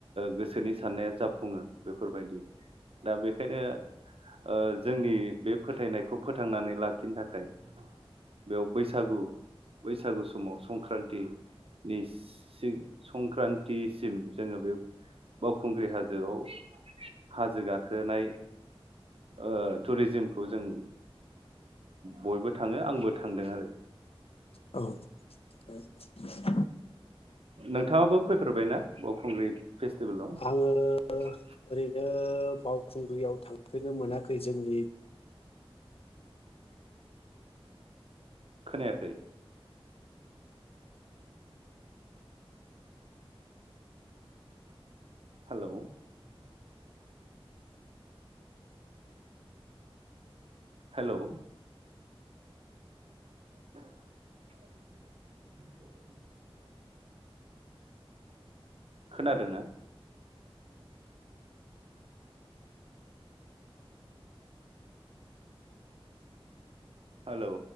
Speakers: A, on the right; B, on the left.
A: गोसोनि साननाया जाफुंङो बेफोरबायदि दा बे खायनो ओ जोंनि बे फोथायनायखौ फोथांनानै लाखिनो थाखाय बेयाव बैसागु बैसागु समाव संख्रान्थिनि सि संख्रान्थिसिम जोङो बे बावखुंग्रि हाजोआव हाजो गाखोनाय ओ टुरिजिम खौ जों बयबो थाङो आंबो थांदों आरो।
B: औ <inaudible>
A: नोंथांङाबो फैफेरबायना बावखुंग्रि फेस्टिभेलाव?
B: आङो ओरैनो बावखुंग्रियाव थांफेरनो मोनाखै। जोंनि
A: खोनायाखै। हेलौ हेलौ <inaudible> <inaudible> खोनादोंना? हेलौ